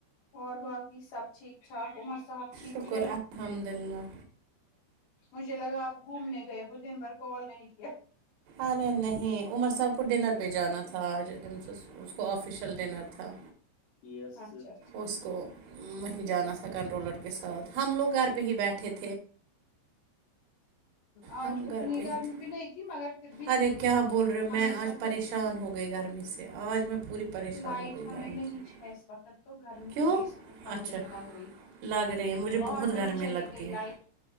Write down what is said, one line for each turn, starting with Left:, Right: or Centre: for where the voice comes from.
Left: اور باقی سب ٹھیک ٹھاک عمر صاحب ٹھیک
Right: شکر
Left: تھ
Right: الحمد للہ
Left: مجھے لگا آپ گھومنے گئے ہو دن بھر کال نہیں کیا
Right: ارے نہیں عمر صاحب کو ڈنر پہ جانا تھا آج اس کو آفیشیل ڈنر تھا
Left: اچھا اچھا ہ
Right: اس کو وہیں جانا تھا کنٹرولر کے ساتھ ہم لوگ گھر پہ ہی بیٹھے تھے
Left: آج
Right: ہم
Left: اتنی
Right: گھر پہ
Left: گرمی
Right: ہی تھے
Left: بھی نہیں تھی مگر پھر بھی
Right: ارے
Left: تھی
Right: کیا بول رہے ہو میں
Left: ہمیں اس
Right: آج
Left: وقت
Right: پریشان ہو گئی گرمی سے آج میں پوری پریشان
Left: لائٹ
Right: ہو گئی
Left: ہمیں
Right: گرمی
Left: نہیں
Right: سے
Left: ہے اس وقت تو گرمی
Right: کیوں
Left: مجھے اس وقت کمرے
Right: اچھا
Left: میں لگ رہی ہے
Right: لگ رہی ہیں مجھے بہت
Left: آٹھ بجے
Right: گرمی
Left: چلی
Right: لگتی
Left: گئی
Right: ہے
Left: لائٹ